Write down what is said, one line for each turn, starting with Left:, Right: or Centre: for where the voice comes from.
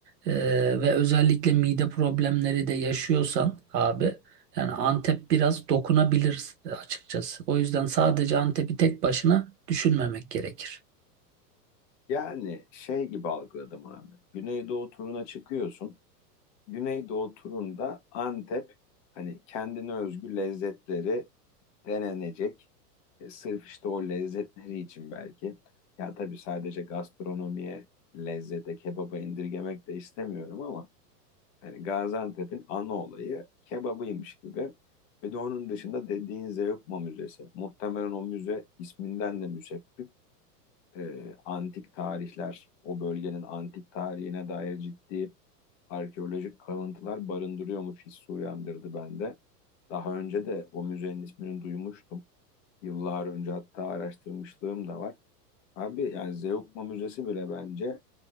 Right: e, ve özellikle mide problemleri de yaşıyorsan abi yani Antep biraz dokunabilir e, açıkçası. O yüzden sadece Antep'i tek başına düşünmemek gerekir.
Left: Yani şey gibi algıladım abi. Güneydoğu turuna çıkıyorsun. Güneydoğu turunda Antep hani kendine özgü lezzetleri denenecek. E, sırf işte o lezzetleri için belki. Ya tabii sadece gastronomiye, lezzete, kebaba indirgemek de istemiyorum ama hani Gaziantep'in ana olayı kebabıymış gibi. Bir de onun dışında dediğin Zeugma Müzesi. Muhtemelen o müze isminden de müsebbip. e, antik tarihler, o bölgenin antik tarihine dair ciddi arkeolojik kalıntılar barındırıyormuş hissi uyandırdı bende. Daha önce de o müzenin ismini duymuştum. Yıllar önce hatta araştırmışlığım da var. Abi yani Zeugma Müzesi bile bence